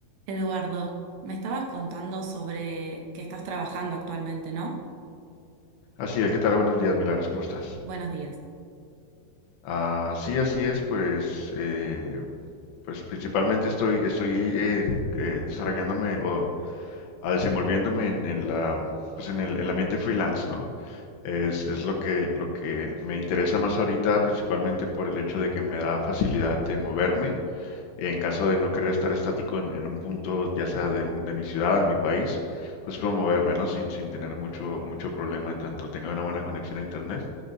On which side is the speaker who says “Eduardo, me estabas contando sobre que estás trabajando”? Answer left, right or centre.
Right